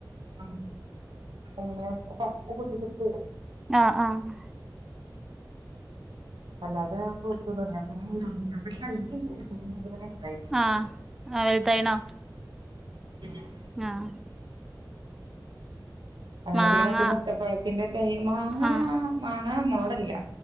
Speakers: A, on the right; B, in the centre.
A: ആഹ് എങ്ങനെ പച്ച പൊട്ടിച്ചിട്ട്ട്ടുണ്ടോ <inaudible>
B: ആഹ് ആഹ്
A: അല്ലാതെ ഫ്രൂട്സൊന്നുല്ല പിന്നെ ഈ റമ്പുട്ടാന്റെ തയ്യിണ്ട് ഷെ തിമ്മെത്‌വരെ
B: ആഹ് ആഹ് വലുതായിണോ
A: <unintelligible>
B: ആഹ്
A: അങ്ങെനെ
B: മാങ്ങ
A: പിന്നെ മറ്റേ മുട്ടപ്പഴത്തിന്റെ തയ്യ് മാങ്ങ
B: ആഹ്
A: മാങ്ങ നമ്മളോടല്ല